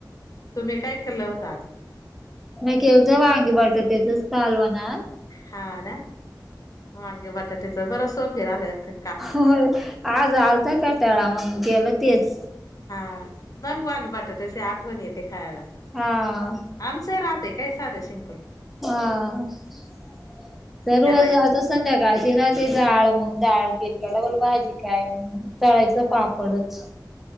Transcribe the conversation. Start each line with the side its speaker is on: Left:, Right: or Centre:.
Left: तुम्ही काय केलं होता आज?
Centre: मी केलत वांग्य बटाट्याच कालवण आज
Left: हा ना? वांग्य बटाट्याचं बर सोपी राहत इथं
Centre: होय, आज आलता कटाळा मग केलं तेच
Left: हा मंग वांग बटाटच आठवण येते खायाला.
Centre: हां.
Left: आमचं राहतं काय साधं सिम्पल.
Centre: हां सर्व
Left: करायच
Centre: आजच संध्याकाळची राहती डाळ, मंग डाळ केली का डबल भाजी काय, मग? तळायचं पापडच.